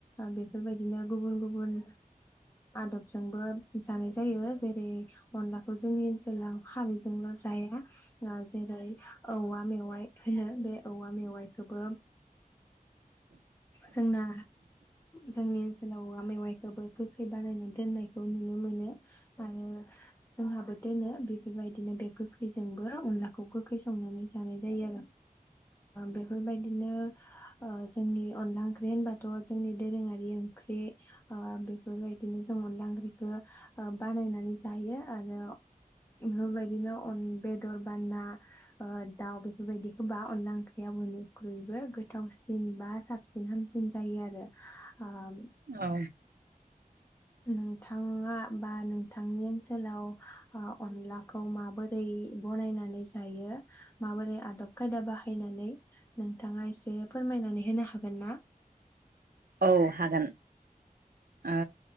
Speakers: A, on the left (about 15°); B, on the right (about 80°).
A: बेफोरबायदिनो गुबुन गुबुन आदबजोंबो जानाय जायो जेरै अनलाखौ जोंनि ओनसोलाव खारैजोंल' जाया। आ जेरै औवा मेवाइ होनो बे औवा मेवाइखौबो जोंना जोंनि ओनसोलाव औवा मेवाइखौबो गोखै बानायनानै दोननायखौ नुनो मोनो आरो जोंहाबो दोनो बेफोरबायदिनो बे गोखैजोंबो अनलाखौ गोखै संनानै जानाय जायो आरो बेफोरबायदिनो जोंनि अनला ओंख्रि होनबाथ' जोंनि दोरोङारि ओंख्रि बेफोरबायदिनो जों अनला ओंख्रिखौ बानायनानै जायो आरो। बेफोरबायदिनो अन बे दर बा ना ओ दाउ बेफोरबायदिखौ बा अनला ओंख्रिया बयनिख्रुइबो गोथावसिन बा साबसिन हामसिन जायो आरो आम
B: औ
A: नोंथाङा बा नोंथांनि ओनसोलाव ओ अनलाखौ माबोरै बनायनानै जायो? माबोरै आदब खायदा बाहायनानै नोंथाङा एसे फोरमायनानै होनो हागोन ना?
B: औ हागोन ओ